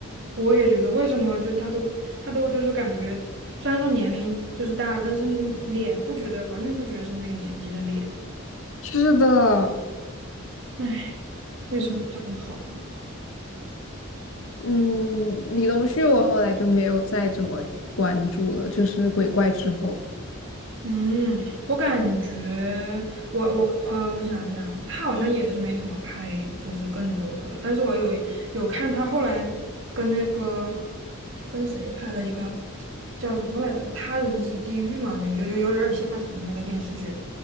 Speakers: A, on the right; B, on the left.
A: 我也觉得，为什么就他都他都就是感觉，虽然说年龄就是大了，但是你脸不觉得完全不觉得是那个年纪的脸，
B: 是的，
A: 哎，为什么这么好呢？
B: 嗯，嗯李东旭我后来就没有再怎么关注了，就是鬼怪之后。
A: 嗯，我感觉我我呃，我想一想，他好像也是没怎么拍，就是更多的了。但是我有一有看他后来跟那个跟谁拍了一个叫什么来着，《他人及地狱》嘛，那个有有有点吓人的那个电视剧。